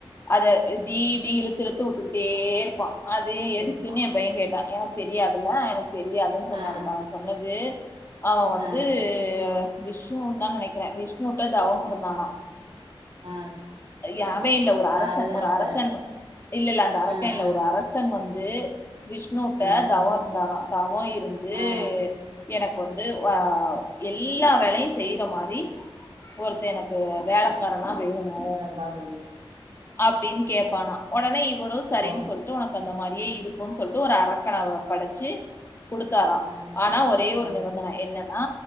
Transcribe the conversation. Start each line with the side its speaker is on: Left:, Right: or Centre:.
Left: அத இப்டீ இப்டீ இழுத்துழுத்து உட்டுகுட்டே இருப்பா அது எதுக்கினு
Right: இருப்பா
Left: ஏம் பைய கேட்டா எனக் தெரியாதுல்ல எனக் தெரியாதுன் சொன்னே
Right: ஆ
Left: அதுக்
Right: ஆ
Left: அவெ சொன்னது அவ வந்தூ
Right: ஆ
Left: விஷ்ணு தா நெனக்ற விஷ்ணுட்ட தவம் இருந்தானா
Right: ஆ
Left: ய அவே இல்ல ஒரு அரச
Right: யாரு
Left: ஒரு
Right: அந்த
Left: அரசன் இல்லல்ல அந்த அரக்கே
Right: ஆ
Left: இல்ல
Right: ஆ
Left: ஒரு அரசன் வந்து விஷ்ணுட்ட
Right: ஆ
Left: தவொ இருந்தாரா தவொ இருந்து
Right: ஆ
Left: எனக் கொந்து வ எல்லா வேலையு செய்ற மாரி ஒருத்தே எனக்கு வேலக்காரனா வேணு
Right: பாகல்
Left: அப்டின் கேப்பானா ஒடனே இவரு சரின்
Right: போ
Left: சொல் ட்டு ஒனக் அந்த மாரியே இருக்குன் சொல்ட்டு ஒரு அரக்கன படச்சி குடுத்தாரா
Right: ஆ
Left: ஆனா ஒரே ஒரு
Right: ஆ
Left: நிபந்தன என்னன்னா